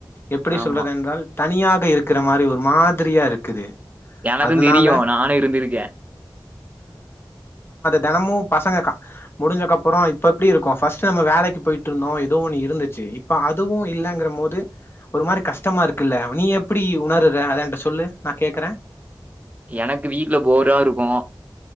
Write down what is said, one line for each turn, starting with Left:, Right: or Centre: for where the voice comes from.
Left: எப்பிடி
Right: ஆமா.
Left: சொல்றது என்றால் தனியா க் இருக்கிற மாரி ஒரு மாதிரியா இருக்குது
Right: எனக்கு
Left: அதனால
Right: தெரியும் நானும் இருந்திருக்கேன்
Left: தினமும் பசங்க முடிஞ்ச அப்புற இப்ப எப்படி இருக்கு பஸ் நம்ம வேலைக்கு போயிட்டு இருந்தோம் ஏதோ ஒன்னு இருந்துச்சு இப்ப அதுவும் இல்லங்கிற போது ஒரு மாரி கஷ்டமா இருக்குல்ல நீ எப்பிடி உணருற அத என்ட சொல்லு நான் கேக்குறேன்
Right: எனக்கு வீட்டுல போரா இருக்கும்